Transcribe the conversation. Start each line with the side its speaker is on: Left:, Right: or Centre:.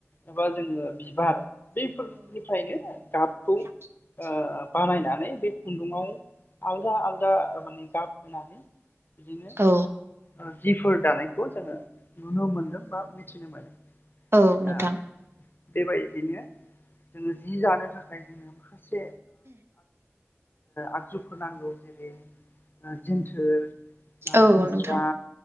Left: एबा जोंङो बिबार बैफोरनिफ्रायनो गाब
Right: स
Left: ओ बानायनानै बे खुन्दुंङाव आलदा आलदा माने गाब होनानै बिदिनो
Right: औ
Left: ओ जिफोर दानायखौ जोंङो नुनो मोनदों बा मिथिनो मोनो।
Right: औ नोंथां
Left: ओ बेबायदिनो जोंङो जि दानो थाखाय से आगजुफोर नांगौ जेरै जेन्थोर ओ
Right: औ
Left: मुस्रा
Right: नोंथां